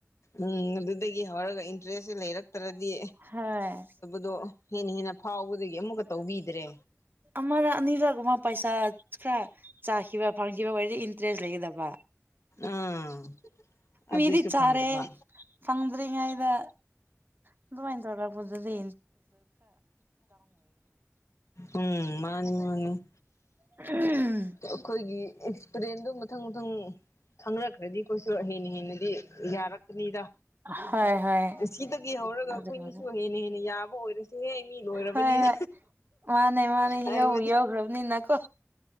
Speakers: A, on the left; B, on the right.
A: ꯎꯝ ꯑꯗꯨꯗꯒꯤ ꯍꯧꯔꯒ ꯏꯟꯇꯥꯔꯦꯁ ꯁꯦ ꯂꯩꯔꯛꯇ꯭ꯔꯗꯤ
B: ꯍꯣꯏ
A: ꯗꯣ ꯍꯦꯟꯅ ꯍꯦꯟꯅ ꯐꯥꯎꯕꯗꯒꯤ ꯑꯃꯨꯛꯀ ꯇꯧꯕꯤꯗ꯭ꯔꯦ
B: ꯑꯃꯔꯥ ꯑꯅꯤꯔ ꯒꯨꯝꯕ ꯄꯩꯁꯥ ꯈꯔ ꯆꯥꯈꯤꯕ ꯐꯪꯈꯤꯕ ꯑꯣꯏꯔꯗꯤ ꯏꯟꯇꯔꯦꯁ ꯂꯩꯒꯗꯕ
A: ꯑꯥ
B: ꯃꯤꯗꯤ
A: ꯑꯗꯨꯁꯨ
B: ꯆꯥꯔꯦ
A: ꯐꯪꯗꯕ
B: ꯐꯪꯗ꯭ꯔꯤꯉꯥꯏꯗ ꯑꯗꯨꯗꯨꯃꯥꯏ ꯇꯧꯔꯛꯄꯗꯗꯤ
A: ꯎꯝ ꯃꯥꯅꯤ ꯃꯥꯅꯤ
B: ꯎꯝ
A: ꯑꯩꯈꯣꯏꯒꯤ ꯑꯦꯛꯁꯄꯔꯦꯟꯗꯣ ꯃꯊꯪ ꯃꯊꯪ ꯈꯪꯅꯛꯈ꯭ꯔꯗꯤ ꯑꯩꯈꯣꯏꯁꯨ ꯍꯩꯅꯤ ꯍꯦꯟꯅꯗꯤ ꯌꯥꯔꯛ ꯀꯅꯤꯗ
B: ꯍꯣꯏ ꯍꯣꯏ
A: ꯉꯥꯁꯤꯗꯒꯤ ꯍꯧꯔꯒ
B: ꯑꯗꯨꯕꯨꯗꯤ
A: ꯑꯩꯈꯣꯏ ꯑꯥꯃꯤꯁꯨ
B: ꯍꯣꯏ
A: ꯍꯦꯟꯅ ꯍꯦꯟꯅ ꯌꯥꯕ ꯑꯣꯏꯔꯁꯦꯍꯦ ꯃꯤ ꯂꯣꯏꯔꯕꯅꯤꯅ
B: ꯍꯣꯏ
A: <unintelligible>
B: ꯃꯥꯅꯦ ꯃꯥꯅꯦ
A: ꯍꯥꯏꯕꯗꯤ
B: ꯌꯧꯕꯨ ꯌꯧꯈ꯭ꯔꯕꯅꯤꯅꯀꯣ